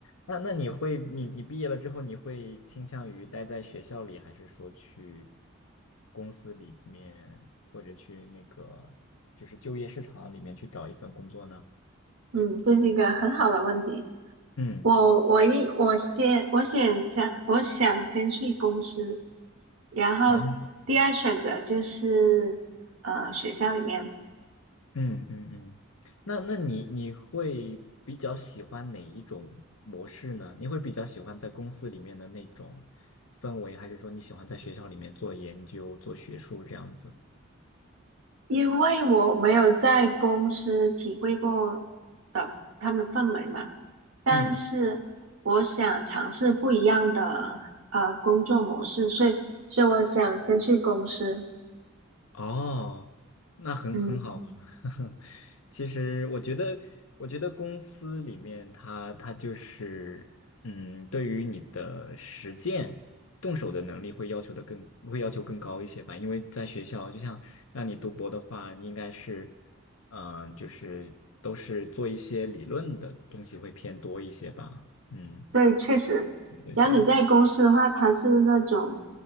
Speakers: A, on the left; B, on the right.
A: 那那你会，你你毕业了之后，你会倾向于待在学校里，还是说去公司里面，或者去那个就是就业市场里面去找一份工作呢？
B: <laughs> 嗯，这是一个很好的问题，
A: 嗯，
B: 我我一我先我先想我想先去公司，然后第二选择就是呃学校里面，
A: 哦，嗯嗯嗯，那那你你会比较喜欢哪一种模式呢？你会比较喜欢在公司里面的那种氛围，还是说你喜欢在学校里面做研究、做学术这样子？
B: 因为我没有在公司体会过的他们氛围嘛，但是我想尝试不一样的呃工作模式，
A: 嗯。
B: 所以所以我想先去公司，
A: 哦，那很很好啊。
B: 嗯。
A: <laughs> 其实我觉得，我觉得公司里面它它就是，嗯，对于你的实践、动手的能力会要求的更会要求更高一些吧。因为在学校，就像让你读博的话，你应该是，嗯、就是都是做一些理论的东西会偏多一些吧。嗯，
B: 对，确实。
A: 对对对，
B: 然后你在公司的话，它是那种，